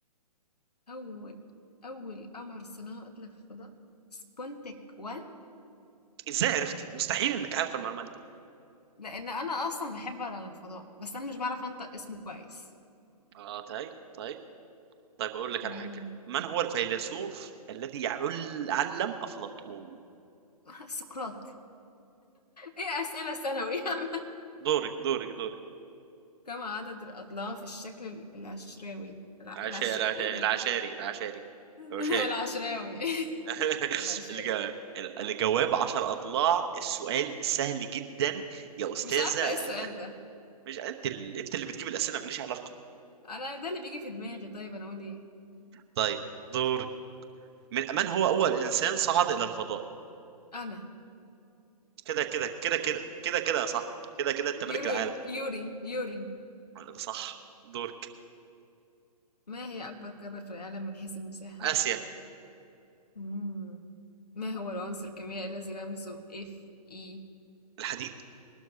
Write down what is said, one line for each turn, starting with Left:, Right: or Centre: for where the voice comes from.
Left: أول أول قمر صناعي أطلق في الفضاء سبونتك 1
Right: إزاي عرفتي؟ مستحيل إنك عارف المعلومات دي
Left: لأن أنا أصلا بحب أقرأ عن الفضاء بس أنا مش بعرف أنطق اسمه كويس
Right: اه طيب طيب طيب أقول لك
Left: مم.
Right: على حاجة من هو الفيلسوف الذي يعل علم أفلاطون
Left: <laughs> سقراط ايه اسئلة ثانوي يا عم.
Right: دورك دورك دورك
Left: <laughs> كم عدد الأضلاع في الشكل ال- العشراوي الع...
Right: العشاري
Left: العش... ايه ده
Right: العشاري العشاري العشاري
Left: <laughs>
Right: العشاري.
Left: العشراوي
Right: <laughs>
Left: <laughs> العشاب
Right: الج- الجواب عشر أضلاع السؤال سهل جدا يا أستاذة
Left: مش عارفة ايه السؤال ده
Right: مش أنت ال... أنت اللي بتجيب الأسئلة ماليش علاقة
Left: انا ده اللي بيجي في دماغي طيب انا اقول ايه
Right: طيب دورك من من هو أول إنسان صعد إلى الفضاء
Left: انا
Right: كده كده كده كده كده كده يا صاحبي كده كده أنت ملك
Left: يوري
Right: العالم
Left: يوري يوري
Right: ده صح دورك
Left: ما هي اكبر قارة في العالم من حيث المساحة
Right: آسيا
Left: مم. ما هو العنصر الكيميائي الذي رمزه اف اي
Right: الحديد